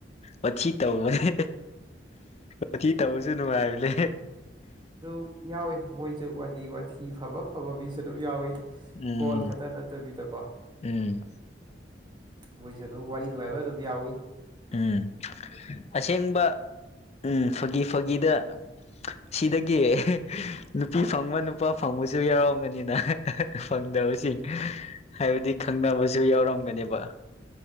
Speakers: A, on the left; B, on the right.
A: ꯋꯥꯊꯤ ꯇꯧꯕꯅꯦ ꯋꯥꯊꯤ ꯇꯧꯕꯁꯨ ꯅꯨꯡꯉꯥꯏꯕꯅꯦ꯫
B: ꯑꯗꯨ ꯌꯥꯎꯏꯤ ꯍꯣꯏꯁꯨ ꯋꯥ ꯋꯥꯊꯤ ꯐꯕ ꯐꯕ ꯃꯤꯁꯨ ꯑꯗꯨꯝ ꯌꯥꯎꯏ
A: ꯎꯝ
B: ꯀꯣꯜ ꯈꯛꯇ ꯅꯠꯇꯕꯤꯗꯀꯣ
A: ꯎꯝ
B: ꯃꯣꯏꯁꯨ ꯑꯗꯨꯝ ꯋꯥꯔꯤ ꯑꯗꯨꯚꯥꯏꯚ ꯑꯗꯨꯝ ꯌꯥꯎꯏ
A: ꯎꯝ ꯑꯁꯦꯡꯕ ꯎꯝ ꯐꯥꯒꯤ ꯐꯥꯒꯤꯗ ꯁꯤꯗꯒꯤ ꯅꯨꯄꯤ ꯐꯪꯕ ꯅꯨꯄꯥ ꯐꯪꯕꯁꯨ ꯌꯥꯎꯔꯝꯒꯅꯤꯅ ꯐꯪꯗꯧꯁꯤꯉ ꯍꯥꯏꯕꯗꯤ ꯈꯪꯅꯕꯁꯨ ꯌꯥꯎꯔꯝꯒꯅꯦꯕ